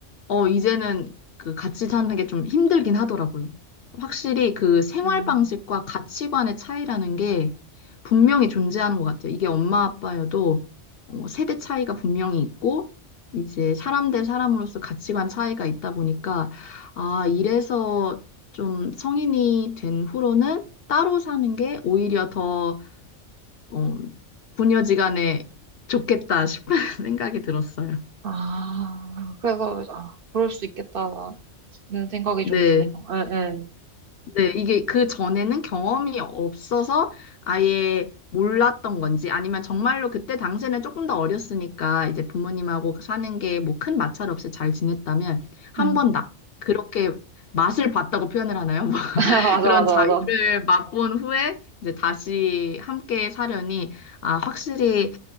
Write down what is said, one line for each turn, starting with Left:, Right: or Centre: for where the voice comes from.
Left: 어, 이제는 그 같이 사는 게 좀 힘들긴 하더라고요. 확실히 그 생활
Right: 음.
Left: 방식과 가치관의 차이라는 게 분명히 존재하는 것 같아요. 이게 엄마 아빠여도 어, 세대 차이가 분명히 있고, 이제 사람 대 사람으로서 가치관 차이가 있다 보니까, 아, 이래서 좀 성인이 된 후로는 따로 사는 게 오히려 더 어, 부녀지간에 좋겠다 싶은 <laughs> 생각이 들었어요.
Right: 아, 그래서 아, 그럴 수 있겠다는 생각이
Left: 네,
Right: 좀 드네요. 예, 예.
Left: 네, 이게 그 전에는 경험이 없어서 아예 몰랐던 건지 아니면 정말로 그때 당시에는 조금 더 어렸으니까 이제 부모님하고 사는 게 뭐 큰 마찰 없이 잘 지냈다면 한
Right: 예.
Left: 번 나, 그렇게 맛을 봤다고 표현을 하나요?
Right: <laughs> 맞아,
Left: 그런
Right: 맞아,
Left: 자유를
Right: 맞아.
Left: 맛본 후에 이제 다시 함께 사려니 아, 확실히